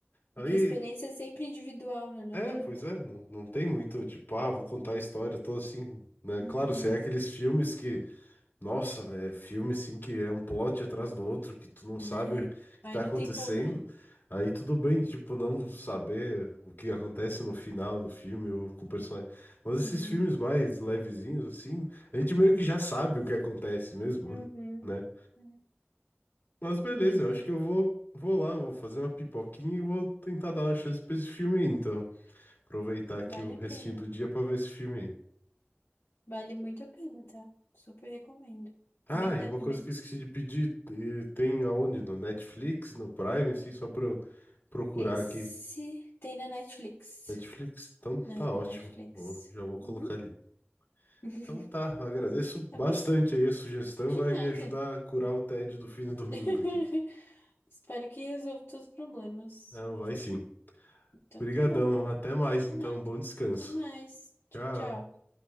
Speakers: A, on the left; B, on the left.
A: Aí
B: É que a experiência é sempre individual, né? Não
A: É,
B: adianta.
A: pois é, não, não tem muito, tipo, ah, vou contar a história, tô assim, né?
B: Uhum.
A: Claro, se é aqueles filmes que, nossa, é filme assim que é um plot atrás do outro, que tu não
B: Né?
A: sabe o que
B: Aí
A: tá
B: não
A: acontecendo,
B: tem como, né?
A: aí tudo bem, tipo, não saber o que acontece no final do filme ou com o personagem. Mas esses
B: Uhum.
A: filmes mais levezinhos, assim, a gente meio que já sabe o que acontece mesmo,
B: Uhum.
A: né?
B: É,
A: Mas beleza,
B: Pois
A: eu acho
B: é,
A: que eu vou, vou lá, vou fazer uma pipoquinha e vou tentar dar uma chance pra esse filme aí, então. Aproveitar aqui
B: vale
A: o restinho
B: a pena.
A: do dia pra ver esse filme aí.
B: Vale muito a pena, tá? Super recomendo.
A: Ah,
B: Bem
A: e
B: leve
A: uma coisa
B: mesmo.
A: que eu esqueci de pedir, e tem aonde? No Netflix, no Prime, assim, só pra eu procurar
B: Esse
A: aqui.
B: tem na Netflix.
A: Netflix? Então
B: É,
A: tá
B: na
A: ótimo.
B: Netflix.
A: Vou- já vou colocar
B: Uhum.
A: ali.
B: <laughs>
A: Então tá, agradeço
B: Tá
A: bastante
B: bom?
A: aí a sugestão,
B: De
A: vai
B: nada.
A: me ajudar a curar o tédio do fim do domingo
B: <laughs>
A: aqui.
B: Espero que resolva todos os problemas.
A: Não, vai sim.
B: Então
A: Obrigadão,
B: tá bom.
A: até mais
B: De
A: então,
B: nada.
A: bom descanso.
B: Até mais. Tchau,
A: Tchau.
B: tchau.